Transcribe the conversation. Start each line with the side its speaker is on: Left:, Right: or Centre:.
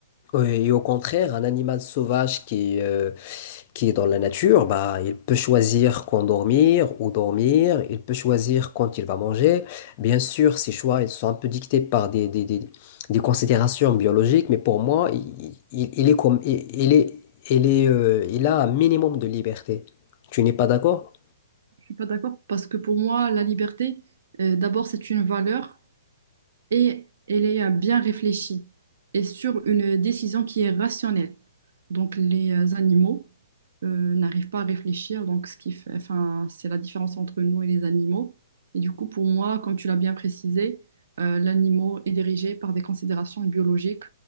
Left: et au contraire, un animal sauvage qui, qui est dans la nature, bah, il peut choisir quand dormir ou dormir, il peut choisir quand il va manger. Bien sûr, ces choix, ils sont un peu dictés par des, des, des, des considérations biologiques, mais pour moi, il, il- il est comme, il, il est, il est, euh, il a un minimum de liberté. Tu n'es pas d'accord?
Right: Je suis pas d'accord parce que pour moi, la liberté, euh, d'abord, c'est une valeur. et elle est euh, bien réfléchie et sur une décision qui est rationnelle. Donc les euh, animaux euh, n'arrivent pas à réfléchir, donc ce qui fait, enfin, c'est la différence entre nous et les animaux. Et du coup, pour moi, comme tu l'as bien précisé, euh, l'animal est dirigé par des considérations biologiques,